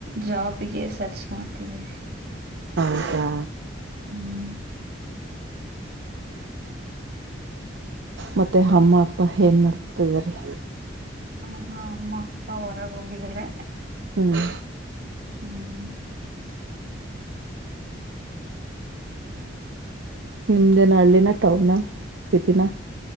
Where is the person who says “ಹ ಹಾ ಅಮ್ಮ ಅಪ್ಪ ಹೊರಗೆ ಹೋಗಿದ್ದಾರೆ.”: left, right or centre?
Right